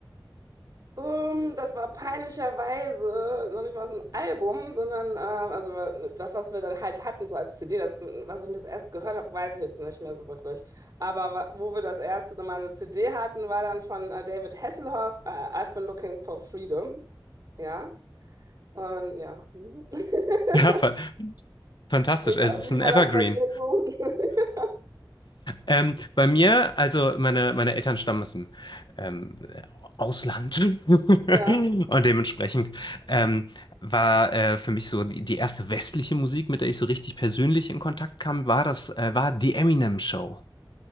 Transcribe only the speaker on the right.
Ähm, das war peinlicherweise noch nicht mal so ein Album, sondern äh, also das, was wir dann halt hatten, so als CD, das, was ich mir das erst gehört habe, weiß ich jetzt nicht mehr so wirklich. Aber wa- wo wir das erste Mal eine CD hatten, war dann von äh, David Hasselhoff, äh, I've been looking for freedom. Ja. Und ja. <laughs>
Wie
war,
wie
war
das bei dir so? <laughs>
Ja,